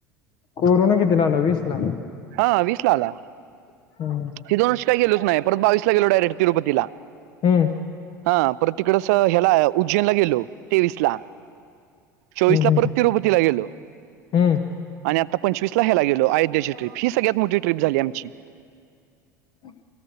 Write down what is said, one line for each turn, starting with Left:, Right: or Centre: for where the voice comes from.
Left: कोरोना कितीला आला वीस ला.
Right: हा वीस ला आला.
Left: हम्म
Right: ती दोन वर्ष काय गेलोच नाही, परत बावीस ला गेलो डायरेक्ट तिरुपतीला.
Left: हम्म
Right: हा पर तिकडस ह्याला उज्जैनला गेलो तेवीस ला. चोवीस
Left: हम्म
Right: ला परत तिरुपतीला गेलो.
Left: हम्म
Right: आणि आता पंचवीस ला ह्याला गेलो, अयोध्याची ट्रीप ही सगळ्यात मोठी ट्रीप झाली आमची‌.
Left: हम्म